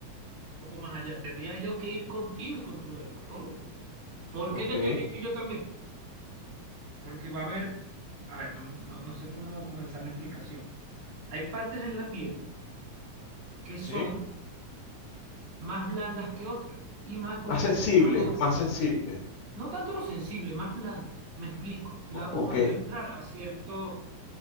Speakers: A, on the right (about 50°); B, on the left (about 75°).
A: un poco más allá. Tendría yo que ir contigo y con tu dermatólogo. ¿Por
B: Ok.
A: qué tendría que ir yo también? Porque va a haber, a ver, mm, no, no sé cómo comenzar la explicación. Hay partes en la piel que son
B: ¿Sí?
A: más blandas que otras, y más cuando
B: Más sensible,
A: hay una quemadura.
B: más sensible.
A: No tanto lo sensible, más blanda. Me explico. La
B: O-
A: aguja
B: ok.
A: debe entrar a cierto,